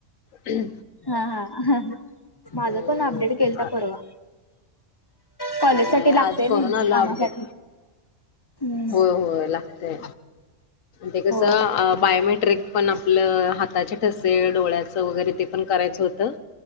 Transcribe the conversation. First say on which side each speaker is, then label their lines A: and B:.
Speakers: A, on the left; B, on the left.
A: हम्
B: हा हा माझ
A: हम्म
B: पण अपडेट केलता
A: आ-
B: परवा कॉलेज
A: नाही
B: साठी
A: आज
B: लागतय
A: करून
B: नाही
A: आल
B: कामासाठी
A: अपडेट
B: हम्म
A: होय होय ला, ते ते कसं
B: होय
A: बायोमेट्रिक पण आपलं हाताचे ठसे डोळ्याच वगैरे ते पण करायचं होतं,